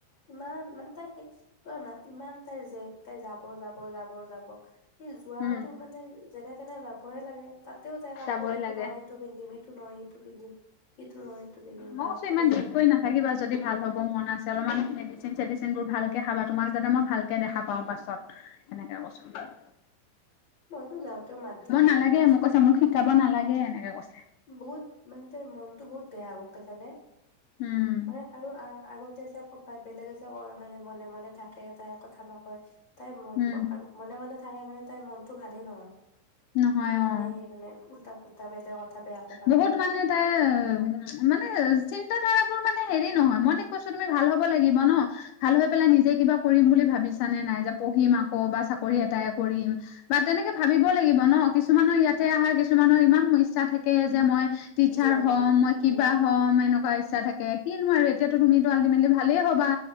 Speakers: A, on the left; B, on the left.
A: ইমান মানে তাই স জোৱা না ইমান তাই জ তাই যাব যাব যাব যাব। সেই যোৱাাতো
B: উম।
A: মানে যেনে। তেনে যাবহে লাগে। তাতেও তাই কাপোৰ,
B: চাবই
A: এইটো
B: লাগে
A: নহয় এইটো পিন্ধিম, এইটো নহয় সেইটো পিন্ধিম। সিটো নহয় সিটো পিন্ধিম
B: মই
A: বাপৰে
B: কৈছো ইমান জিদ কৰি নাথাকিবা যদি ভাল হ'ব মন আছে অলপমান মেডিচিন চেডিচিন বোৰ ভালকে খাবা তোমাক যাতে মই ভালকে দেখা পাওঁ পাছত। সেনেকে কচোন।
A: মইতো যাওঁতেও মাত দিম নহয়
B: নালাগে
A: কচোন
B: মোক কৈছে মোক শিকাব নালাগে এনেকে কৈছে
A: বহুত মানে ত মনতটো বহুত বেয়া গম পাইছে। তেনে
B: উম
A: মানে আৰু আগত। যে তাই বেলেগে যে কয় মানে মনে মনে থাকে টাই কথা নকয়। তাই মন
B: উম
A: মনে মনে। থাকে মানে তাইৰ মন তো ভালেই নহয়।
B: নহয়
A: তাই
B: অ
A: এনেই মানে উল্টা উল্টা বেলেগ কথা বেয়াকে ভাবে
B: বহুত মানে তাই মানে তাই তাৰাবোৰ মানে হেৰি নহয়। মই তাইক কৈছোঁ, তুমি ভাল হব লাগিব ন'? ভাল হৈ পেলাই নিজে কিবা কৰিম বুলি ভাবিছা নে নাই? যে পঢ়িম আকৌ বা চাকৰি এটাই কৰিম, বা তেনেকে ভাবিব লাগিব ন'? কিছুমানৰ ইয়াতে আহাৰ, কিছুমানৰ ইমান ইচ্ছা থা কে যে মই টিচাৰ
A: দিয়াবলে
B: হ'ম, মই কিবা
A: উম
B: হ'ম, এনেকুৱা ইচ্ছা থাকে। কিনো আৰু সেইটো তুমিটো আল্টিমেটলি ভালেই হবা।